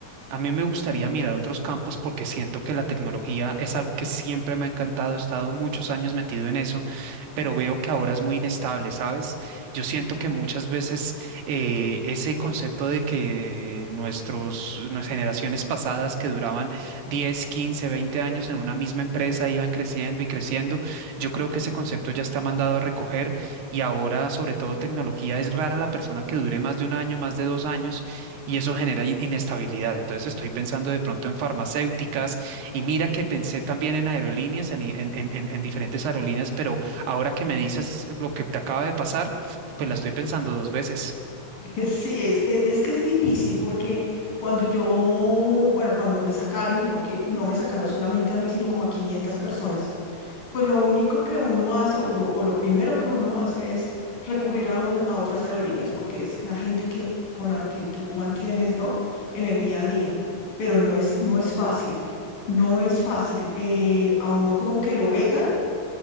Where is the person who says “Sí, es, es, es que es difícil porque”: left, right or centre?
Left